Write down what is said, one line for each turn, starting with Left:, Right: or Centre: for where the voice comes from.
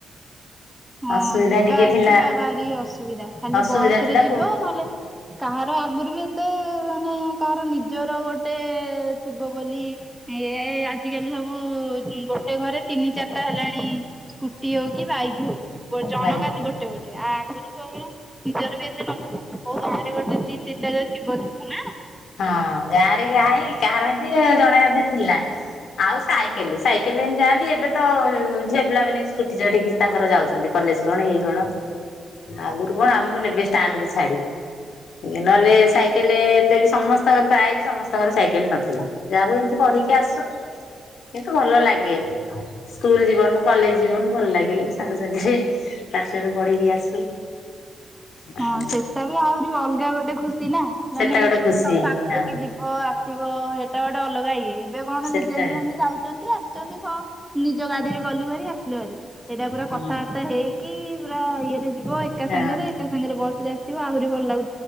Centre: ହଁ
Left: ଅସୁବିଧା
Centre: ଯିବା
Left: ଟିକେ
Centre: ଆସିବା
Left: ଥିଲା
Centre: ଭାରି ଅସୁବିଧା ଖାଲି
Left: ଅସୁବିଧା
Centre: ବସରେ
Left: ଥିଲା
Centre: ଯିବ, ନହେଲେ କାହାର ଆଗରୁ ବି ଏତେ ମାନେ ତାର ନିଜର ଗୋଟେ ଥିବ ବୋଲି ଏଇ ଆଜିକାଲି ସବୁ ଗୋଟେ ଘରେ ତିନି ଚାରିଟା ହେଲାଣି ସ୍କୁଟି ହଉ କି ବାଇକ ହଉ। ଜଣ
Left: ଭାଇ
Centre: କା
Left: ହଁ
Centre: ଆ ଗୋଟେ ଗୋଟେ। ଆ ଆଗରୁ କଣ ନିଜର ବି ଏତେ ନଥିଲା। କୋଉ ଗାଁ ରେ ଗୋଟେ ଦି ତିନିଟା ଯଦି ଥିବ ଥିବ ନା?
Left: ହଁ ଗାଁରେ ଗାଇ କାହାର ହେମିତି ଜଣେ ଅଧେ ଥିଲା। ଆଉ ସାଇକେଲରେ ସାଇକେଲରେ ହଁ ଯାଆନ୍ତି। ଏବେ ତ ଝିଅ ପିଲାମାନେନ ବି ସ୍କୁଟି ଚଲେଇକି ତାଙ୍କର ଯାଉଚନ୍ତି। କଲେଜ କଣ ଏଇ କଣ। ଆଗରୁ କଣ ଆମକୁ ନେବେ ଷ୍ଟାଣ୍ଡକୁ ଛାଡି, ନହେଲେ ସାଇକେଲରେ ଏତେ ବି ସମସ୍ତଙ୍କ ପ୍ରାୟ ବି ସମସ୍ତଙ୍କର ସାଇକେଲ ନଥିଲା। ଯାହାକୁ ଏମତି ପଢିକି ଆସୁ। କିନ୍ତୁ ଭଲ ଲାଗେ ସ୍କୁଲ ଯିବନ, କଲେଜ ଯିବନ ଭଲ ଲାଗେ ସାଙ୍ଗସାଥିରେ। ପାଠ ସାଠ ପଢେଇକି ଆସୁ। ଆଉ
Centre: ହଁ ସେଟା ବି ଆହୁରି ଅଲଗା ଗୋଟେ ଖୁସି ନା।
Left: ସେଟା
Centre: ମାନେ
Left: ଗୋଟେ
Centre: ସବୁ
Left: ଖୁସି
Centre: ସାଙ୍ଗ
Left: ହଁ
Centre: ହେଇକି ଯିବ ଆସିବ ହେଇଟା ଗୋଟେ ଅଲଗା ଇଏ। ଏବେ କଣ
Left: ସେଟା
Centre: ନିଜେ ନିଜ ଯାଉଛନ୍ତି ଆସୁଛନ୍ତି କଣ ନିଜ ଗାଡିରେ ଗଲୁ ହେରି ଆସିଲେ ହେରି। ସେଇଟା ପୁରା
Left: ହୁଁ
Centre: କଥାବାର୍ତ୍ତା ହେଇକି ପୁରା ଇଏରେ ଯିବ ଏକା
Left: ହଁ
Centre: ସାଙ୍ଗରେ। ବସ୍ ରେ ଆସିବ ଆହୁରି ଭଲ ଲାଗୁ